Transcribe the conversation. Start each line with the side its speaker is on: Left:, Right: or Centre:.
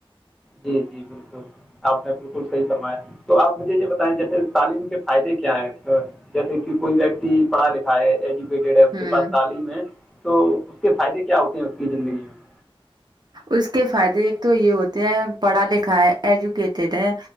Centre: جی جی بالکل آپ نے بالکل صحیح فرمایا تھا تو آپ مجھے یہ بتائیں جیسے تعلیم کے فائدے کیا ہیں جیسے کہ کوئی ویکتی پڑھا لکھا ہے وڈ ہے اس
Right: ہوں
Centre: کے پاس تعلیم ہے تو اس کے فائدے کیا ہوتے ہیں اس کی زندگی میں
Right: اس کے فائدے ایک تو یہ ہوتے ہیں پڑھا لکھا ہے ایجوکیٹیڈ ہے